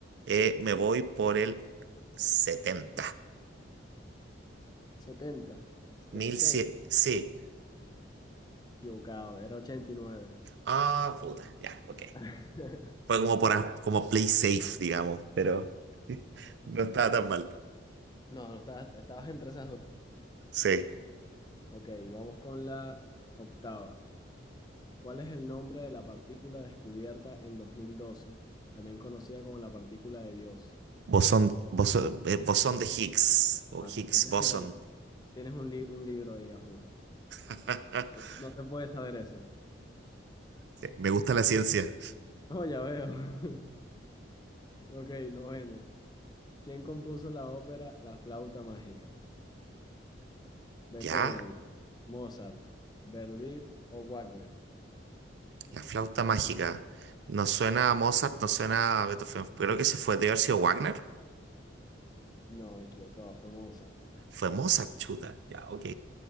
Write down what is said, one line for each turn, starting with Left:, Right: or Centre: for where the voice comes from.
Right: eh, me voy por el setenta
Left: setenta, setenta
Right: mil
Left: y seis
Right: 1100. Sí.
Left: Equivocado, era ochenta y nueve
Right: Ah, puta. Ya, ok.
Left: <laughs>
Right: Fue como por a- como play safe, digamos, pero <laughs> no
Left: Ok.
Right: estaba tan mal.
Left: No, no estabas, estabas entre esas dos.
Right: Sí.
Left: Ok, vamos con la octava. ¿Cuál es el nombre de la partícula descubierta en 2012, también conocida como la partícula de Dios?
Right: Bosón, bosón, eh, bosón de Higgs o
Left: Ah,
Right: Higgs
Left: tú tienes
Right: bosón.
Left: que ten- tienes un, li- un libro ahí, a juro.
Right: <laughs>
Left: No, no te puedes saber eso. <laughs>
Right: Sí, Me gusta la ciencia.
Left: No, ya veo. <laughs> Ok, novena. ¿Quién compuso la ópera La flauta mágica? ¿Beethoven,
Right: Ya,
Left: Mozart, Verdi o Wagner?
Right: la flauta
Left: Joder.
Right: mágica. No suena a Mozart, no suena a Beethoven. Creo que se fue de haber sido Wagner.
Left: No, me equivocaba, fue Mozart.
Right: Fue Mozart, chuta. Ya, ok.